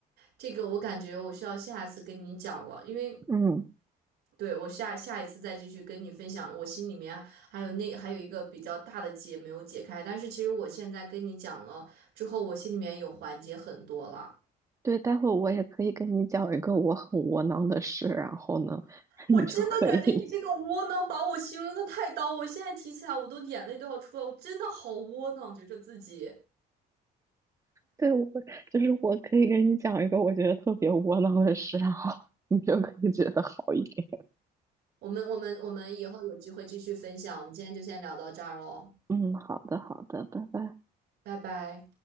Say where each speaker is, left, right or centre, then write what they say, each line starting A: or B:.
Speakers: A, on the right; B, on the right.
A: 这个我感觉我需要下次跟你讲了，因为。
B: <laughs> 嗯，
A: 对，我下下一次再继续跟你分享，我心里面啊还有那还有一个比较大的结没有解开，但是其实我现在跟你讲了之后，我心里面有缓解很多了。
B: 对，待会我也可以跟你讲一个我很窝囊的事，然后呢，<laughs> 你就可以，
A: 我真的感觉你这个窝囊把我形容的太刀，
B: <laughs>
A: 我现在提起来我都眼泪都要出来，我真的好窝囊，觉着自己。
B: 对，我就是我可以跟你讲一个我觉得特别窝囊的事，然后你就可以觉得好一点。
A: 我们我们我们以后有机会继续分享，我们今天就先聊到这儿喽，
B: 嗯，好的，好的，拜拜。
A: 拜拜。